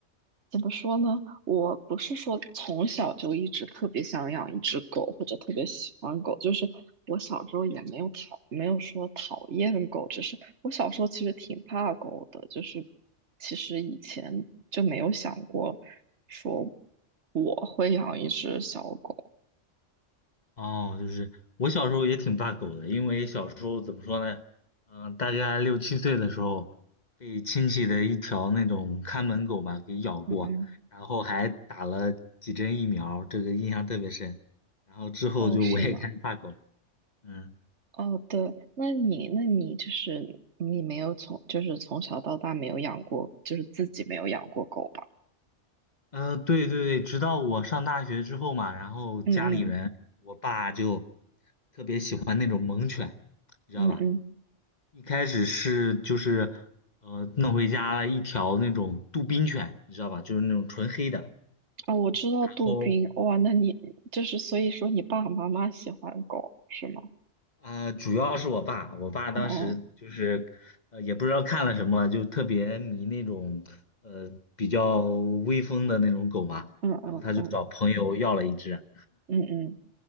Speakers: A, on the right; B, on the left.
A: 怎么说呢？我不是说从小就一直特别想养一只狗，或者特别喜欢狗。就是我小时候也没有讨，没有说讨厌狗，只是我小时候其实挺怕狗的。就是其实以前就没有想过说我会养一只小狗。
B: 哦，就是我小时候也挺怕狗的，因为小时候怎么说呢？嗯，大概六七岁的时候，被亲戚的一条那种看门狗吧给咬过，
A: 嗯嗯，
B: 然后还打了几针疫苗，这个印象特别深。然后之后就我也开始怕狗了。
A: 哦，是吗？
B: 嗯。
A: 哦，对，那你，那你就是你没有从，就是从小到大没有养过，就是自己没有养过狗吧？
B: 嗯、呃对对对，直到我上大学之后嘛，然后家里人，
A: 嗯嗯
B: 我爸就特别喜欢那种猛犬，你知道吧？
A: 嗯嗯，
B: 一开始是就是呃弄回家了一条那种杜宾犬，你知道吧？就是那种纯黑的。
A: 啊、我知道杜宾，
B: 然后
A: 哇，那你就是所以说你爸爸妈妈喜欢狗是吗？
B: 呃，主要是我爸，我爸当时就是呃也不知道看了什么，
A: 哦，
B: 就特别迷那种呃比较威风的那种狗嘛，
A: 嗯嗯嗯
B: 然后他就找朋友要了一只。
A: 嗯嗯，